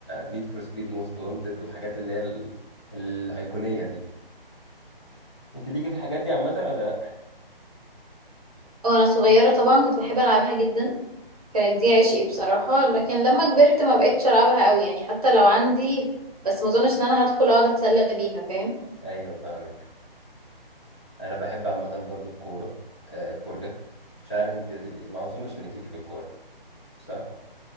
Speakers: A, on the left; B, on the right.
A: نيد فور سبيد موست وانتد والحاجات اللي هي ال... الايقونيه دي انت ليكي في الحاجات دي عامه ولا لا
B: وانا صغيره طبعا كنت بحب العبها جدا كانت دي عشقي بصراحه لكن لما كبرت ما بقتش العبها قوي يعني حتى لو عندي بس ما اظنش ان انا هدخل اقعد اتسلى بيها فاهم
A: ايوه فاهمك انا بحب عامه برضو الكوره آه، فرجه مش عارف انت هتبقي ما اظنش انك ليكي في الكوره صح